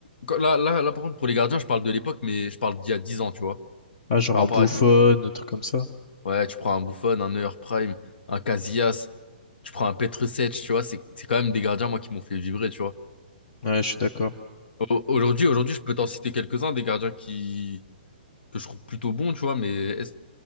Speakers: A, on the left; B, on the left.
A: quand- là, là, là, par contre, pour les gardiens, je parle de l'époque, mais je parle d'il y a 10 ans, tu vois,
B: Ah, genre
A: par
B: en
A: rapport
B: bouffonne,
A: à,
B: un truc comme ça.
A: Ouais, tu prends un Buffon, un Neuer Prime, un Casillas, tu prends un Petrušec, tu vois, c'est c'est quand même des gardiens, moi, qui m'ont fait vibrer, tu vois.
B: Ouais, je suis d'accord.
A: Au- Aujourd'hui, aujourd'hui, je peux t'en citer quelques-uns, des gardiens qui... que je trouve plutôt bons, tu vois, mais est-ce